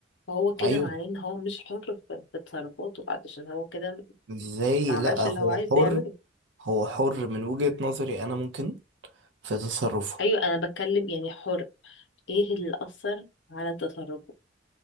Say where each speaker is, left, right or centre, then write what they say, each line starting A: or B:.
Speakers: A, on the left (about 75°); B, on the right (about 75°).
A: فهو كده
B: ايوه
A: معناه ان هو مش حر في في تصرفاته علشان هو كده
B: ازاي
A: ما عملش
B: لا
A: اللي
B: هو
A: هو عايز
B: حر
A: يعمله
B: هو حر من وجهة نظري انا ممكن في تصرفه
A: ايوه انا بتكلم يعني حر ايه اللي اثر على تصرفه